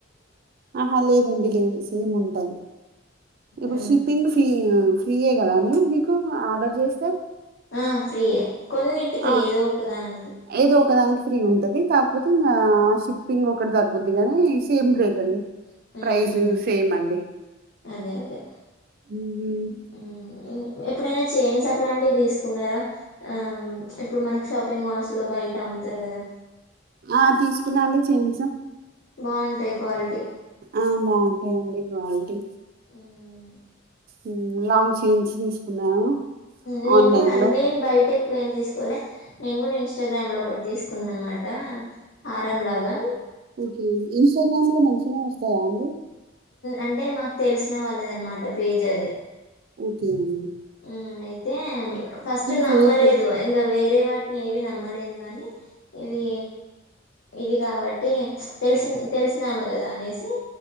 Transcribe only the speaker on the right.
ఆహా లేదండి లేదు. సేమ్ ఉంటది. ఇప్పుడు
షిప్పింగ్ ఫీ ఫ్రీయే కదా అని <inaudible> మీకు ఆర్డర్ చేస్తే
ఆ
ఏదో ఒకదానికి ఫ్రీ ఉంటది కాకపోతే ఇంగా షిప్పింగ్ ఒకటి తగ్గుద్ది గాని సేమ్ రేట్ అండి.
ప్రైస్ సేమ్ అండి.
మ్మ్.
ఆ తీసుకున్నా అండి చేయిన్స్.
ఆ బావుంటయండి క్వాలిటీ.
మ్మ్, లాంగ్ చైన్స్ తీసుకున్నాను
ఆన్లైన్
లో
ఓకే ఇన్స్టాగ్రామ్ లో మంచిగనే వస్తాయా అండి.
కే <inaudible>
ఫేక్